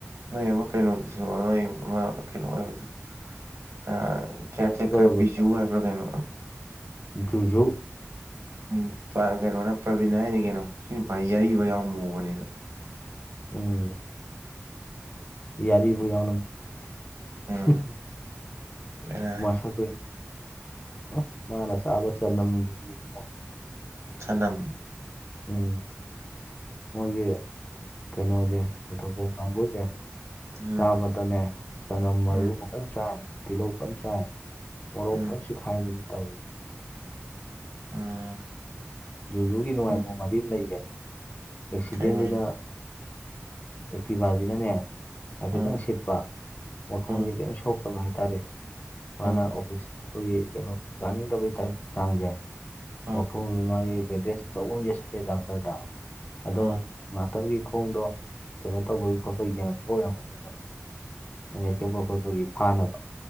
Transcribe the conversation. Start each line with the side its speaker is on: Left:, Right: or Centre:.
Right: ꯅꯣꯏ ꯑꯃ ꯀꯩꯅꯣꯗꯨꯁꯨ ꯅꯣꯏ ꯑꯃ ꯀꯩꯅꯣ ꯑꯣꯏꯕꯗꯨ ꯑ ꯀꯤꯌꯔꯇꯦꯛꯀꯔ
Left: ꯀꯤꯌꯥꯔ ꯇꯦꯀꯔ ꯑꯣꯏꯕ
Right: ꯕꯤꯖꯨ ꯍꯥꯏꯕ꯭ꯔꯣ ꯀꯩꯅꯣ
Left: ꯖꯨꯖꯨ
Right: ꯎꯝ ꯀꯩꯅꯣꯅ ꯄ꯭ꯔꯕꯤꯟ ꯍꯥꯏꯅꯤ ꯀꯩꯅꯣ ꯁꯤ ꯐꯩ ꯌꯥꯔꯤꯕ ꯌꯥꯎ ꯃꯨꯕꯅꯤꯅ
Left: ꯎꯝ ꯌꯥꯔꯤꯕ ꯌꯥꯝꯎꯅ <unintelligible>
Right: ꯎꯝ ꯕꯦꯔꯥ
Left: ꯎ ꯃꯥꯅ ꯆꯥꯕ ꯆꯗꯝꯗꯨꯗꯤ ꯏꯕꯨꯡꯉꯣ
Right: ꯁꯥꯅꯝ
Left: ꯎꯝ ꯃꯣꯏꯒꯤ ꯀꯩꯅꯣꯁꯦ ꯅꯤꯡꯊꯧꯈꯣꯡ ꯀꯥꯡꯕꯨꯁꯦ
Right: ꯎꯝ
Left: ꯆꯥꯕꯗꯅꯦ ꯆꯅꯝ ꯃꯔꯨ
Right: ꯎꯝ
Left: ꯐꯖꯅ ꯆꯥꯏ ꯇꯤꯜꯍꯧ ꯐꯖꯅ ꯆꯥꯏ ꯃꯣꯔꯣꯛ
Right: ꯎꯝ
Left: ꯐꯅ ꯆꯤꯈꯥꯏꯕꯅꯤ ꯇꯧꯔꯤ
Right: <unintelligible>
Left: ꯖꯨꯖꯨꯒꯤ ꯅꯨꯡꯉꯥꯏꯕ
Right: ꯎꯝ
Left: ꯋꯥꯔꯤ ꯑꯃ ꯂꯩꯌꯦ ꯑꯦꯛꯁꯤꯗꯦꯟꯗꯨꯗ
Right: ꯀꯩ ꯑꯣꯏꯅꯣ
Left: ꯑꯛ ꯏꯇꯤꯕꯖꯤꯅꯅꯦ ꯍꯥꯏꯐꯦꯠꯇꯪ
Right: ꯎꯝ
Left: ꯁꯤꯠꯄ ꯃꯈꯣꯡꯁꯦ
Right: ꯎꯝ
Left: ꯀꯔꯤꯝ ꯁꯣꯛꯇꯕ ꯍꯥꯏꯇꯥꯔꯦ
Right: ꯎꯝ
Left: ꯃꯥꯅ
Right: ꯎꯝ ꯎꯝ ꯎꯝ ꯎꯝ ꯎꯝ ꯎꯝ ꯎꯝ ꯎꯝ ꯎꯝ ꯎꯝ
Left: ꯑꯣꯐꯤꯁ ꯑꯩꯈꯣꯏꯒꯤ ꯀꯩꯅꯣ ꯀꯥꯅꯤꯡꯗꯕꯩ ꯇꯥꯏꯞ ꯆꯥꯡꯁꯦ
Right: ꯎꯝ
Left: ꯃꯈꯣꯡꯗꯨ ꯃꯥꯏ ꯕꯦꯟꯗꯦꯖ ꯑꯆꯧꯕ ꯑꯃ ꯌꯦꯠꯁꯟꯂꯦ ꯗꯥꯛꯇꯔꯗ ꯑꯗꯣ
Right: ꯎꯝ
Left: ꯉꯥꯛꯇꯪꯒꯤ ꯈꯣꯡꯗꯣ ꯀꯩꯅꯣ ꯇꯧꯕꯒꯤ ꯈꯣꯠꯄ ꯌꯦꯡꯍꯟꯕ ꯑꯣꯏꯔꯝꯒꯅꯤ ꯂꯩꯊꯦꯛꯄ ꯈꯣꯠꯄꯒꯤ ꯐꯥꯅꯕ